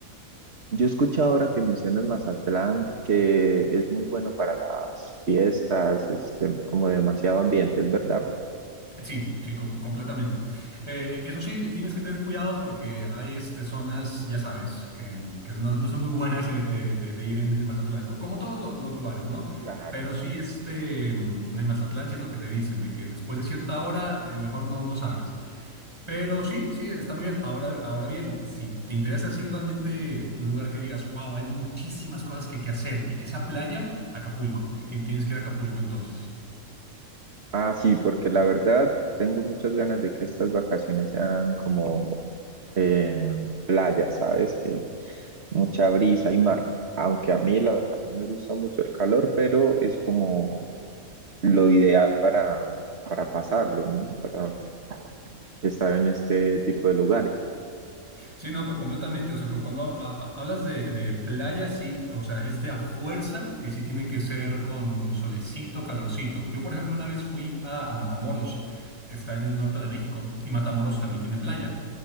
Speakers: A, on the right (about 45°); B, on the right (about 20°).
A: yo he escuchado ahora que mencionas Mazatlán, que es muy bueno para las fiestas, este, como demasiado ambiente, ¿es verdad?
B: Sí, sí, com- completamente. Eh, eh, eso sí, ti- tienes que tener cuidado porque hay este, zonas, ya sabes, que, que no, no son muy buenas eh, eh, de, de ir en, en Mazatlán, co- como todos lo- los, lugares, ¿no?
A: Claro.
B: Pero sí, este, mm, en Mazatlán sí es lo que te dicen, de que después de cierta hora eh, mejor no, no salgas. Pero sí, sí, está muy bien. Ahora, ahora bien, si te interesa así realmente un lugar que digas, wow, hay muchísimas cosas que, que hacer y que esa playa, Acapulco, Ti- ti- tienes que ir a Acapulco entonces.
A: Ah, sí, porque la verdad tengo muchas ganas de que estas vacaciones sean como eh, playa, ¿sabes? Que mucha brisa y mar. Aunque a mí la verdad no me gusta mucho el calor, pero es como lo ideal para, para pasarlo, ¿no? Para estar en este tipo de lugares.
B: Sí, no, co- completamente. O sea, cu- cuando ha- ha- hablas de, de playa, sí, o sea, es de a fuerza que sí tiene que ser con, con solecito, calorcito. Yo, por ejemplo, una vez fui a, a Matamoros, que está en el norte de México, y Matamoros también tiene playa.